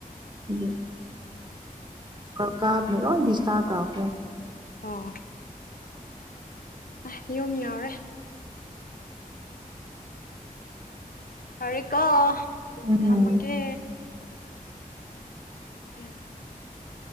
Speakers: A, on the right; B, on the left.
A: ꯍꯥꯏꯗꯤ ꯀ ꯀꯥ ꯐꯦꯂꯣ ꯗꯤꯁꯇꯥꯥ ꯀꯈꯦ <unintelligible>
B: ꯑꯣ ꯑ‌ꯦ ꯌꯨꯝ ꯌꯥꯎꯔꯦ ꯐꯔ‌ꯦ ꯀꫭ
A: ꯎꯝ
B: ꯊꯝꯃꯒꯦ ꯎꯝ